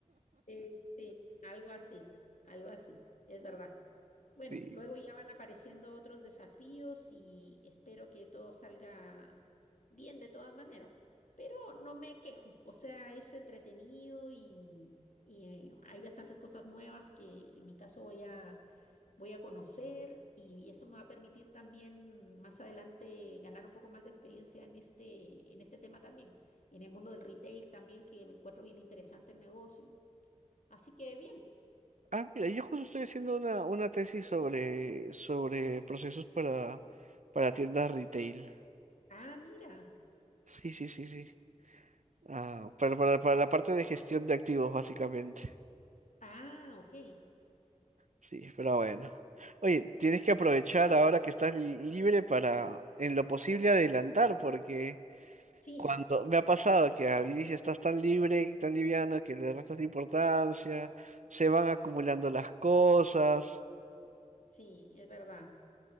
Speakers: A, on the left; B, on the right.
A: Sí, sí, algo así, algo así, es verdad. Bueno,
B: sí
A: luego ya van apareciendo otros desafíos y espero que todo salga bien de todas maneras, pero no me quejo, o sea, es entretenido y, mm, y, eh, hay bastantes cosas nuevas que en mi caso voy a, voy a conocer y eso me va a permitir también más adelante ganar un poco más de experiencia en este, en este tema también, en el mundo del retail también, que encuentro bien interesante el negocio. Así que bien.
B: Ah, mira, yo justo estoy haciendo una, una tesis sobre, sobre procesos para, para tiendas retail.
A: Ah, mira.
B: Sí, sí, sí, sí. Ah, para, para, para la parte de gestión de activos, básicamente.
A: Ah, ok.
B: Sí, pero bueno. Oye, tienes que aprovechar ahora que estás li- libre para, en lo posible, adelantar, porque
A: Sí,
B: cuando me ha pasado que al inicio estás tan libre, tan liviano, que le restas importancia, se van acumulando las cosas.
A: sí, es verdad,